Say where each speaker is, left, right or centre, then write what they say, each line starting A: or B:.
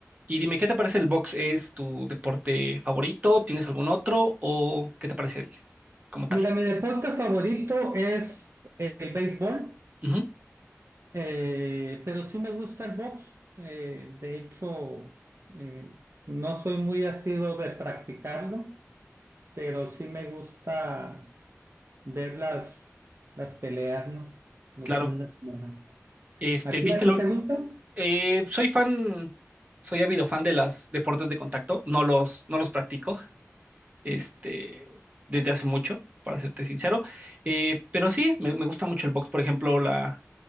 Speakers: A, on the right; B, on the right.
A: Y dime, ¿qué te parece el box? ¿Es tu deporte favorito? ¿Tienes algún otro? ¿O qué te parece el como tal?
B: Mira, mi deporte favorito es eh, el béisbol,
A: Ujú,
B: eh, pero sí me gusta el box. Eh, de hecho, eh, no soy muy asiduo de practicarlo, pero sí me gusta ver las, las peleas, ¿no? Los
A: claro.
B: fines de semana.
A: Este,
B: ¿A ti,
A: ¿viste
B: a ti
A: la
B: te
A: ul-
B: gusta?
A: eh, soy fan, soy ávido fan de los deportes de contacto. No los, no los practico, este, desde hace mucho, para serte sincero. Eh, pero sí, me, me gusta mucho el box. Por ejemplo, la,